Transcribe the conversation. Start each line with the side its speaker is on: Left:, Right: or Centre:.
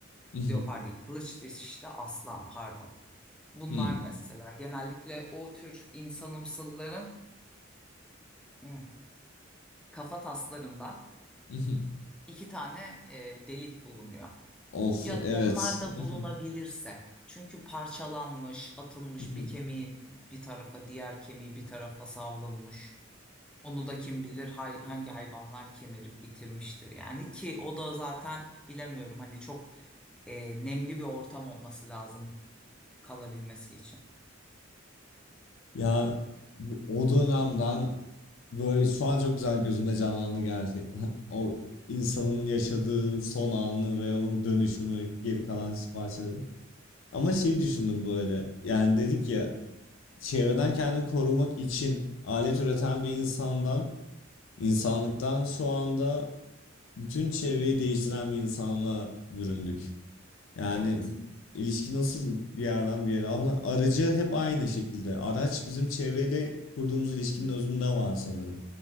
Left: Mhm.
Centre: Leopar değil, kılıç dişli aslan pardon. Bunlar
Left: Hmm.
Centre: mesela genellikle o tür insanımsılların hı, kafa taslarında
Left: Mhm.
Centre: iki tane e, delik bulunuyor.
Left: Of
Centre: Ya
Left: evet.
Centre: da onlar da
Left: Mhm.
Centre: bulunabilirse. Çünkü parçalanmış, atılmış
Left: Mhm.
Centre: bir kemiği bir tarafa, diğer kemiği bir tarafa savrulmuş. Onu da kim bilir hay- hangi hayvanlar kemirip bitirmiştir yani ki o da zaten bilemiyorum hani çok e, nemli bir ortam olması lazım kalabilmesi için.
Left: Ya bu- o dönemden böyle şu an çok güzel gözümde canlandı gerçekten. <laughs> O insanın yaşadığı son anı ve onun dönüşümü geri kalan parçaları. Ama şey düşündüm böyle. Yani dedik ya çevreden kendini korumak için alet üreten bir insandan, insanlıktan şu anda bütün çevreyi değiştiren bir insanla büründük. Yani
Centre: Evet,
Left: ilişki nasıl bir yerden bir yere ama aracı hep aynı şekilde. Araç bizim çevreyle kurduğumuz ilişkinin özünde var sanırım.